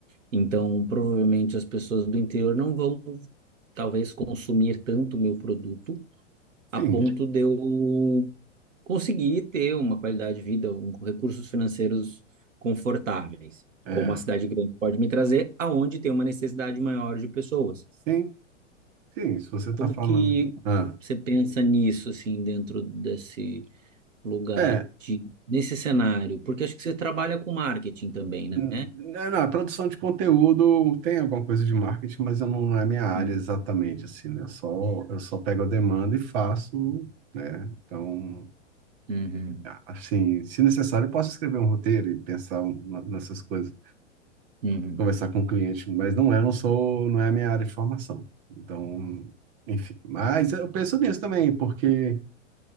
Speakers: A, on the right (about 85°); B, on the right (about 45°).
A: Então, provavelmente as pessoas do interior não vão, talvez, consumir tanto o meu produto a
B: sim,
A: ponto de eu conseguir ter uma qualidade de vida, um, recursos financeiros confortáveis,
B: é.
A: como a cidade grande pode me trazer, aonde tem uma necessidade maior de pessoas.
B: Sim, sim, se você está
A: Como
B: falando.
A: que
B: Ah,
A: você pensa nisso, assim, dentro desse lugar
B: é,
A: de, nesse cenário? Porque acho que você trabalha com marketing também, né?
B: n- n- não, a produção de conteúdo tem alguma coisa de marketing, mas eu não, não é minha área
A: Hum,
B: exatamente, assim, né? Eu só, eu só pego a demanda e faço, né? Então,
A: Uhum,
B: assim, se necessário, eu posso escrever um roteiro e pensar um- nessas coisas.
A: uhum,
B: conversar com o cliente, mas não é, eu não sou, não é a minha área de formação. Então, enfim, mas eu penso nisso também, porque